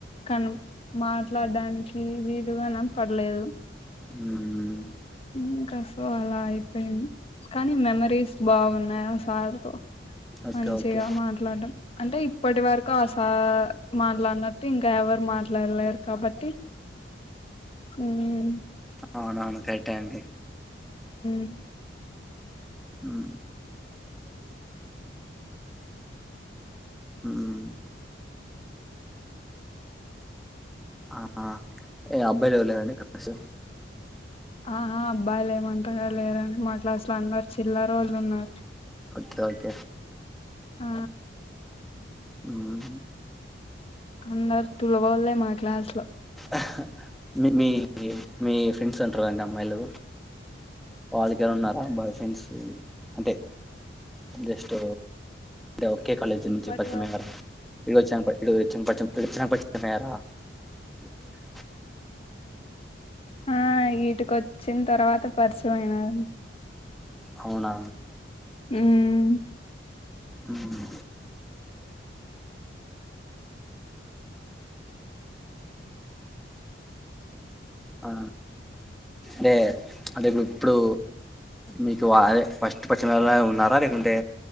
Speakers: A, on the left (about 30°); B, in the centre.
A: కన్ మాట్లాడడానికి వీడుగానం పడలేదు
B: ఉహూ
A: ఇంకా సో అలా అయిపోయింది కానీ మెమరీస్ బాగున్నాయి ఆ సార్తో
B: ఓకే
A: మంచిగా
B: ఓకే
A: మాట్లాడడం అంటె ఇప్పటి వరకు ఆ సార్ మాట్లాడినట్టు ఇంకా ఎవరు మాట్లాడలేరు కాబట్టి హుమ్మ్
B: అవునవును కరక్టే అండి
A: ఉమ్
B: ఉ మ్మ్ ఆ ఏ అబ్బాయిలు ఎవ్వరు లేరండి క్లాస్
A: ఆహా అబ్బాయిలు ఏమంటాలేరండి మాట్ల క్లాస్ లా అందరు చిల్లరోళ్లు ఉన్నరు.
B: అచ్చ ఓకే
A: ఆ
B: ఊమ్
A: అందర్ తులవాళ్ళే మా క్లాస్ లో
B: అహ్ మి మీ మీ ఫ్రెండ్స్ అంటరా ఇంగ అమ్మాయిలు వాళ్ళకి ఏం అన్న ఉన్నారా? బాయ్ ఫ్రెండ్స్ అంటే జస్ట్ ఒక్కే కాలేజ్
A: ఇప్పటి
B: నుంచి పరిచయం
A: వరకు
B: అయ్యారా వెళ్ళి వచ్చాం పై వెళ్లి వచ్చామ్ పరిచం వచ్చినంక పరిచయం అయ్యార <unintelligible>
A: ఆ ఈడికి వచ్చిన తర్వాత పరిచయం అయినారు
B: అవునా
A: మ్మ్
B: ఊమ్ ఆ లె అంటె ఇప్పుడు మీకు అదే ఫస్ట్ పరిచయమైనలే ఉన్నారా లేకుంటే